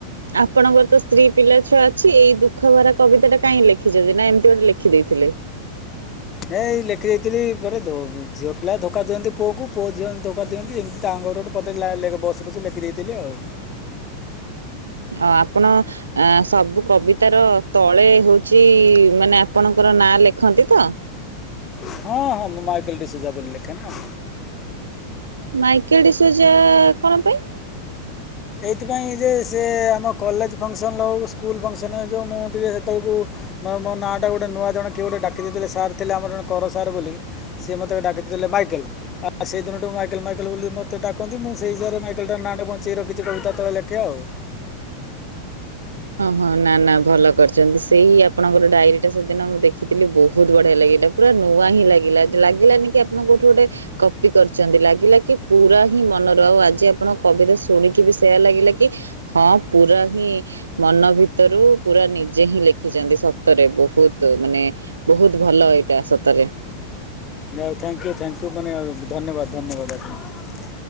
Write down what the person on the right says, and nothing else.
ଆପଣଙ୍କର ତ ସ୍ତ୍ରୀ ପିଲା ଛୁଆ ଅଛି ଏଇ ଦୁଃଖ ଭରା କବିତା ଟା କାହିଁକ ଲେଖିଛନ୍ତି ନା ଏମିତି ଗୋଟେ ଲେଖି ଦେଇେଇଥିଲେ?
ଅ ଆପଣ ସବୁ କବିତାର ତଳେ ହଉଛି ମାନେ ଆପଣଙ୍କର ନାଁ ଲେଖନ୍ତି ତ?
ମାଇକେଲ୍ ଡିସୋଜା କଣ ପାଇଁ?
ଓ ହଁ ନା ନା ଭଲ କରିଛନ୍ତି ସେଇ ଆପଣଙ୍କର ଡାଏରୀ ଟା ସେଦିନ ମୁଁ ଦେଖିଥିଲି ବହୁତ ବଢିଆ ଲାଗିଲା ପୁରା ନୂଆ ହିଁ ଲାଗିଲା ଲାଗିଲାନି କି ଆପଣ କୋଉଠୁ ଗୋଟେ କପି କରିଛନ୍ତି ଲାଗିଲା କି ପୁରା ହିଁ ମନରୁ ଆଉ ଆଜି ଆପଣଙ୍କ କବିତା ଶୁଣିକି ବି ସେୟା ଲାଗିଲା କି ହଁ ପୁରା ହିଁ ମନ ଭିତରୁ ପୁରା ନିଜେ ହିଁ ଲେଖିଛନ୍ତି ସତରେ ବହୁତ ମାନେ ବହୁତ ଭଲ ଏଇଟା ସତରେ।